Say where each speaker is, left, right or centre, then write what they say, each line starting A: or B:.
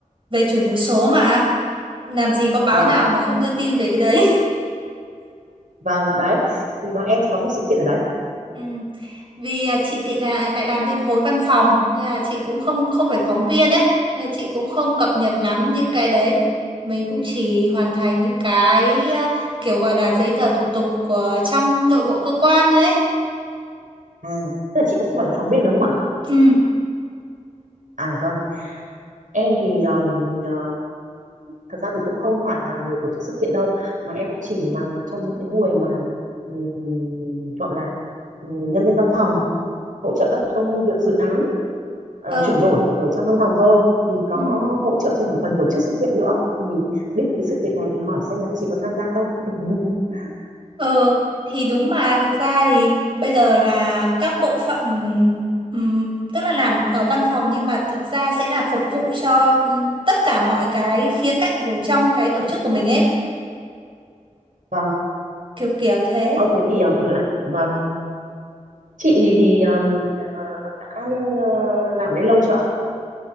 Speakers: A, on the right (about 40°); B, on the right (about 80°).
A: Về chuyển đổi số mà. Làm gì có báo
B: vâng
A: nào mà không đưa tin về cái đấy.
B: vâng đấy thì bọn em sẽ có một sự kiện ở đấy
A: Ừ. Vì à, chị thì là lại làm bên khối văn phòng nên là chị cũng không không phải phóng viên đấy nên là chị cũng không cập nhật lắm những cái đấy mình cũng chỉ hoàn thành những cái à, kiểu gọi là giấy tờ thủ tục của trong nội bộ cơ quan đấy
B: à tức là chị cũng không phải là phóng viên đúng không ạ
A: ừ
B: à vâng em thì ừm, ờ, thật ra thì cũng không phải là người tổ chức sự kiện đâu mà em cũng chỉ là một trong những cái người mà ừm, gọi là ừm, nhân viên văn phòng hỗ trợ các cái công việc dự án ờ,
A: ờ
B: chuyển đổi ở trong văn phòng thôi thì có
A: ừ
B: hỗ trợ thêm ở phần tổ chức sự kiện nữa thì biết cái sự kiện này thì hỏi xem là chị có tham gia không <laughs>
A: ờ thì đúng mà thực ra thì bây giờ là các bộ phận ừm, tức là làm ở văn phòng nhưng mà thực ra sẽ là phục vụ cho ừm, tất cả mọi cái khía cạnh của trong cái tổ chức của mình ấy
B: vâng
A: kiểu kiểu thế
B: ờ, thế thì ờ, là- vâng chị thì thì ừm, ờ, đã ờ, làm đấy lâu chưa ạ